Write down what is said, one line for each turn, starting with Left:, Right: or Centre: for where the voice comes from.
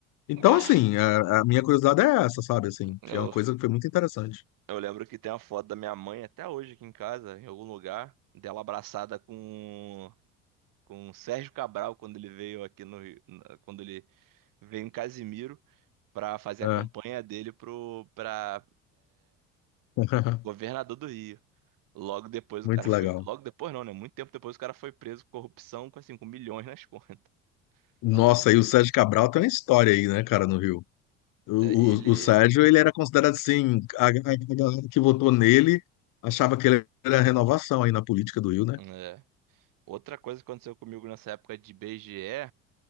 Left: Então,
Right: É,
Left: assim, a, a minha curiosidade é essa, sabe? Assim,
Right: Eu,
Left: que é uma coisa que foi muito interessante.
Right: eu lembro que tem uma foto da minha mãe até hoje aqui em casa, em algum lugar, dela abraçada com, com o Sérgio Cabral quando ele veio aqui no Rio, na- quando ele veio em Casimiro. para fazer
Left: É.
Right: a campanha dele pro para
Left: <laughs>
Right: governador do Rio. Logo depois
Left: Muito
Right: o cara foi,
Left: legal.
Right: logo depois não, né? Muito tempo depois o cara foi preso por corrupção com assim, com milhões nas <laughs> contas.
Left: Nossa,
Right: Então,
Left: e o Sérgio Cabral tem uma história aí, né, cara, no Rio. O,
Right: é, ele
Left: o, o Sérgio, ele era considerado assim, a, a a galera que votou nele achava que ele era renovação aí na política do Rio, né?
Right: é. Outra coisa que aconteceu comigo nessa época de BGE